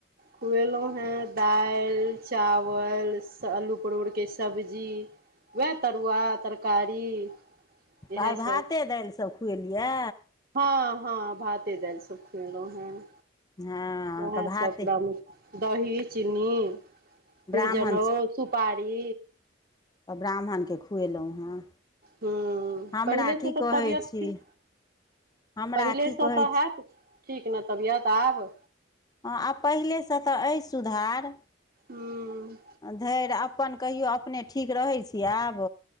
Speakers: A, on the right; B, on the left.
A: कुएलो हैं दाइल चावल स अल्लु परोड़ के स सब्जी वएह तरुआ तरकारी इएह
B: तऽ आइ भाते
A: सब
B: दाइल सभ खुएलिआ
A: हँ हँ भाते दाइल सब खुएलहुं हें
B: हँ
A: ओहाँ
B: तऽ भाते
A: सब ग्रामी दही चीनी फिर
B: ब्राह्मण
A: जनेउ
B: छी
A: सुपारी
B: तऽ ब्राह्मणकेँ खुएलहुँ हेँ
A: ह्म्म
B: हमरा
A: पहिले स
B: की
A: तऽ
B: कहै
A: तबियत
B: छी
A: किछ
B: हमरा
A: पहिले
B: की
A: स
B: कहै
A: तऽ हेत
B: छी
A: ठीक नअ तबियत आब
B: हँ आब पहिलेसँ तऽ अइ सुधार
A: हूँ
B: धैर अप अपन कहियौ अपने ठीक रहैय छी आब